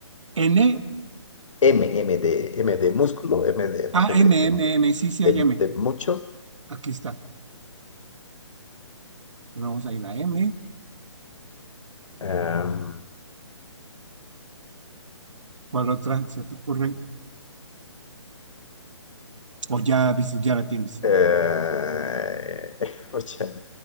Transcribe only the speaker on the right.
N,
A,
M,
M,
M. Sí, sí
hay M.
Aquí está. Vamos a ir a M.
¿Cuál otra se te ocurre? O ya dices, ya la tienes.